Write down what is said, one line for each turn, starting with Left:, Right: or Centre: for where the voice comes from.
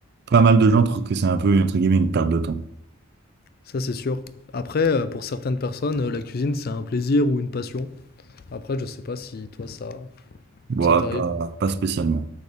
Right: pas mal de gens trouvent que c'est un peu, entre guillemets, une perte de temps.
Left: Ça, c'est sûr. Après, euh, pour certaines personnes, euh, la cuisine, c'est un plaisir ou une passion. Après, je sais pas si toi, ça,
Right: Bon,
Left: ça t'arrive
Right: pas, pas spécialement.